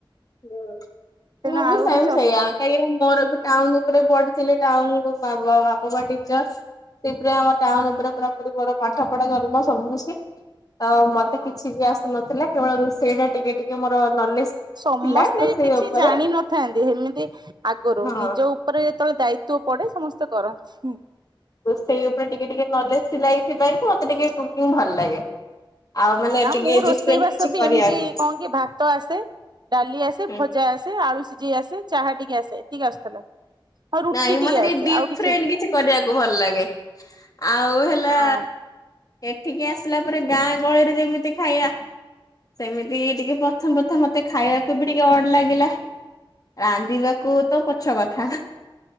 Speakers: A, on the left; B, on the right.
A: ହୁଁ।
B: ତେଣୁ
A: ମୁଁ
B: ଆଉ
A: ବି ସେମ
B: କିଛି
A: ସେଇୟା
B: ଅସୁ
A: କାହିଁକିନା ମୋର ବି ଟାଉନ ରେ ପଢିଥିଲେ ଟାଉନ ବାପା ମା ଟିଚର ଆମ ଟାଉନ
B: ହୁଁ
A: ଉପରେ ପୁରା ବ ପାଠ ପଢା ଗମା ସବୁନ ସେ ଆ
B: ହଁ
A: ମତେ କିଛି ବି ଆସନ ଥିଲା କେବଳ ସେଇଟା ଟିକେ ଟିକେ ମୋର ନଲେଜ
B: ସମସ୍ତେ
A: ଥିଲା ରୋଷେଇ
B: କିଛି
A: ଉପରେ
B: ଜାଣିନଥାନ୍ତି ସେମିତି ଆଗରୁ
A: ହଁ
B: ନିଜ ଉପରେ ଯେତେବେଳେ ଦାୟିତ୍ୱ ତୋ ପରେ ସମସ୍ତେ କରନ୍ତି।
A: ସେଇ ଉପରେ ଟିକେ ଟିକେ ନଲେଜ ସିଲାଇଥିପାଇ କି ମତେ ଟିକେ କୁକିଂ ଭଲ ଲାଗେ। ଆଉ ମାନେ
B: ନା
A: ଟିକେ
B: ମୁଁ ରୋଷେଇ
A: ଡିଫରେଣ୍ଟ
B: ବାସ
A: କିଛି
B: ବି
A: କରିବାକୁ
B: ଏମିତି କଣ କି ଭାତ ଆସେ। ଡାଲି ଆସେ
A: ହୁଁ।
B: ଭଜା ଆସେ ଆଳୁ ସିଝେଇ ଆସେ ଚାହା ଟିକେ ଆସେ ଏତିକି ଆସୁଥିଲା ଆଉ ରୁଟି
A: ନାଇଁ ମତେ ଟିକେ
B: ଆସେ
A: ଡି
B: ଆଉ
A: ଫ୍ରେଣ୍ଡ
B: ଆସେ
A: କିଛି କରିବାକୁ ଭଲ ଲାଗେ ଆଉ ହେଲା।
B: ହଁ
A: ଏଠିକି ଆସିଲା ପରେ ଗାଁ ଗହଳିରେ ଯେମିତି ଖାଇବା ସେମିତି ଟିକେ ପ୍ରଥମ ପ୍ରଥମ ମତେ ଖାଇବାକୁ ବି ଟିକେ ଅଡ ଲାଗିଲା। ରାନ୍ଧିବା। କୁ ତ ପଛ କଥା